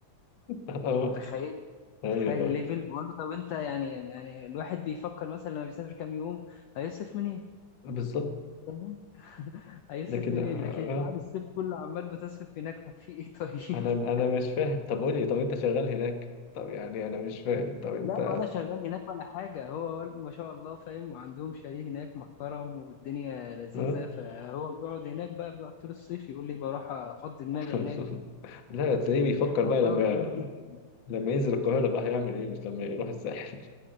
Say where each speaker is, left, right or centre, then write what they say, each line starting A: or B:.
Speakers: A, on the left; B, on the left.
A: اه
B: متخيل
A: ايوه
B: تخيل الليفل
A: اه
B: بقول له طب انت يعني يعني الواحد بيفكر مثلا لما بيسافر كام يوم هيصرف منين
A: بالظبط
B: فاهم <laughs> هيصرف
A: لكن
B: منين
A: اه
B: لكن انت قاعد
A: اه.
B: الصيف كله عمال بتصرف هناك طب في ايه طيب
A: انا
B: <laughs>
A: انا مش فاهم طب قول لي طب انت شغال هناك طب يعني انا مش فاهم طب انت
B: لا ولا شغال هناك ولا حاجه هو والده ما شاء الله فاهم وعندهم شاليه هناك محترم والدنيا لذيذه
A: اه
B: فهو بيقعد هناك بقى بيقعد طول الصيف يقول لي بروح افضي دماغي
A: <laughs>
B: هناك
A: لا تلاقيه بيفكر
B: الموضوع
A: بقى لما
B: غريب جدا
A: لما ينزل القاهرة بقى هيعمل إيه مش لما يروح الساحل